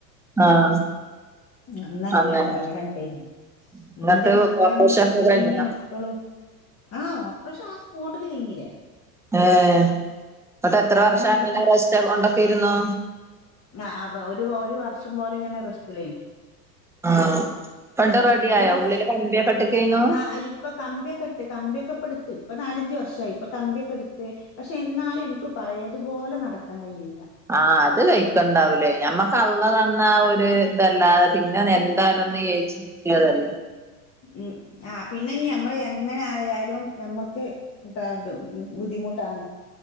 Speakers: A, in the centre; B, on the left.
A: ആഹ്
B: അന്നങ്ങനെട്
A: അങ്ങനെ
B: ഒര്അപകടംഇണ്ടയ് ഇ
A: എന്നിട്ട്
B: ന്റെ മക്കളാണെങ്കി
A: ഓപ്പറേഷൻ
B: ചെറിയ
A: ഒക്കെ കഴിഞ്ഞോ
B: മക്കളും. ആഹ് അപ്പോ ഷാസ് സ്പോട്ടിൽ കഴിഞ്ഞിലേ?
A: ഏഹ് ന്നട്ട് എത്ര
B: കാരണം
A: വർഷം അങ്ങനെ
B: വെച്ചു
A: രസ്റ്റ് കൊണ്ടൊക്കെയിരുന്നു.
B: ആവ ഒര് ഒരു വർഷം പോലെ ഞാന് റെസ്റ്റിലേനി
A: ആഹ് പണ്ട് റെഡിയായോ
B: ഒരു വർഷം
A: ഉള്ളില് കമ്പിയൊക്കെട്ട്കെയ്ന്നു
B: ആ ഇപ്പൊ കമ്പിയൊക്കെട്ട് കമ്പിയൊക്കെ ഇപ്പെട്ത്ത് ഇപ്പൊ നാലഞ്ച് വർഷമായി ഇപ്പൊ കമ്പിയൊക്കെടുത്ത് പക്ഷെ ഇന്നാലും ഇന്ക്ക് പഴയതുപോലെ നടക്കാൻ കയ്യിണില്ല
A: ആഹ് അത് വൈക്ക്ണ്ടാവൂലേ ഞമ്മക്കള്ളതന്ന ആ ഒര് ഇതല്ലാതെ പിന്നതെന്തായാലും ഒന്ന് ഏച്ച് കൂട്ടിയതല്ലെ
B: ഉം ആഹ് പിന്നെ നീ നമ്മള് എങ്ങനെ ആയാലും നമ്മക്ക് <unintelligible> ബുദ്ധിമുട്ടാണ്